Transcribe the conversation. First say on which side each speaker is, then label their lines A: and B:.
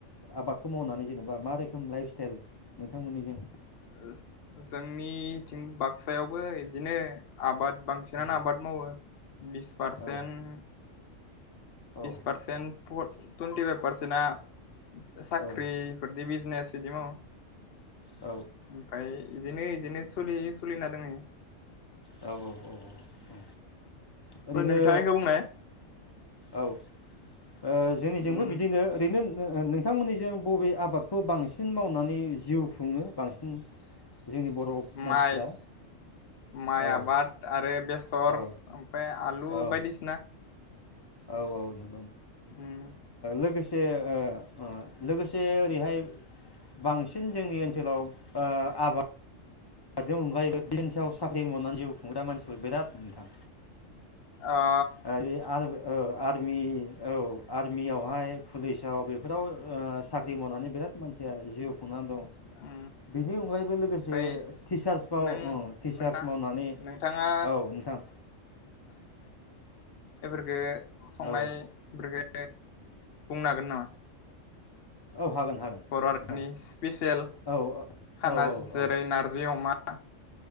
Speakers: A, on the left; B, on the left.
A: आबादखौ मावनानै जेनेबा मा रोखोम लाइफ स्टाइल नोंथांमोननिजों
B: <inaudible> जोंनि थिं बाक्सायावबो इदिनो आबाद बांसिनानो
A: औ
B: आबाद मावो बिस पारसेन्ट
A: औ औ
B: बिस पारसेन्ट पर टुन्टिफाइभ पारसेन्टआ साख्रिफोरदि
A: औ
B: बिजनेस बिदि मावो ओमफ्राय
A: औ
B: इदिनो इदिनो सोलियो। सोलिना दोंहैयो।
A: औ औ औ औ औ। ओरैनो
B: नोंथाङा इखो बुंनाय
A: औ। ओ जोंनिजोंबो
B: उम
A: बिदिनो ओरैनो ओ नोंथांमोननिजों बबे आबादखौ बांसिन मावनानै जिउ खुङो बांसिन जोंनि बर'
B: माइ
A: मानसिफ्रा।
B: माइ
A: औ
B: आबाद आरो सर
A: औ
B: ओमफ्राय आलु
A: औ
B: बायदिसिना।
A: औ औ ओ
B: उम
A: लोगोसे <unintelligible> लोगोसे ओरैहाय बांसिन जोंनि ओनसोलाव ओ आबाद नि अनगायैबो <unintelligible> साख्रि मावनानै जिउ खुंग्रा मानसिफोर बिराद नोंथां।
B: ओ
A: आरि आर ओ आरमि औ आरमियावहाय पुलिसाव बेफोराव ओ साख्रि मावनानै बिराद मानसिया जिउ खुंनानै दं बेनि
B: उम
A: अनगायैबो लोगोसे
B: ओमफ्राय
A: टिचार्सफ्राव
B: नों
A: ओ टिचार्स
B: नोंथां
A: मावनानै
B: नोंथाङा
A: औ नोंथां
B: एफोरखो संनाय
A: औ
B: एफोरखो <unintelligible> बुंनो हागोन नामा
A: औ हागोन हागोन
B: बर' हारिनि
A: नोंथां
B: स्पेसियेल
A: औ
B: खाना
A: औ
B: जेरै
A: औ
B: नारजि अमा <unintelligible>